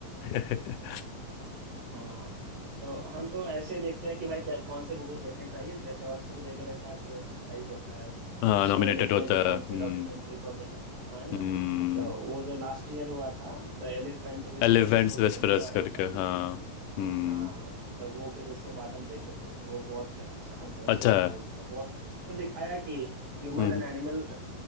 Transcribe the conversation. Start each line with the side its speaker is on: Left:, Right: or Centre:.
Left: है
Right: हाँ तो हम तो ऐसे देखते हैं कि भाई कै- कौन से मूवीज देखने चाहिए जैसे ऑस्कर वगैरह का जो प्राइस होता है
Left: <laughs> हाँ
Right: तो उसमें
Left: नॉमिनेटेड
Right: देखते
Left: होता
Right: हैं कि कौन
Left: है हम्म
Right: से डॉक्यूमेंट्री को मिला हाँ है ना
Left: हम्म
Right: तो वो जो लास्ट ईयर हुआ था द एलिफेंट विस्परर्स
Left: एलिफेंट्स
Right: को जो
Left: वेस्परस
Right: इंडिया
Left: करके
Right: का ही
Left: हाँ हम्म
Right: हाँ तो वो फिर उसके बाद हम देखे थे तो वो बहुत अच्छा मैसेज
Left: अच्छा है।
Right: था उसका बहुत तो दिखाया कि ह्यूमन
Left: हम्म
Right: एंड एनिमल